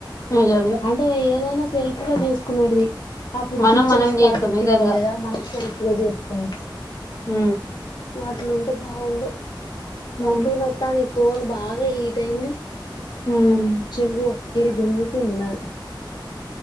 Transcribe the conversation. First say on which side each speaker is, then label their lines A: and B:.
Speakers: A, on the left; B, on the left.
A: నిజంగా
B: అంటే ఏదైనా సెల్ఫ్ గా చూసుకునేడుది అప్పుడు
A: మనం
B: పిక్చర్స్
A: మనం చేసుకోం
B: ప్రాజెక్ట్
A: నిజంగా
B: ఇవ్వలేదా మనకి ఎగా చేసుకోం
A: హ
B: వాటిలుంటే బాగుడు తలకేన
A: అవును.
B: వస్తాంది ఫోన్ బాగా హీట్ దన్ని
A: హ్మ్.
B: చెవు ఒక కేేళ గుంజుతుంది నాది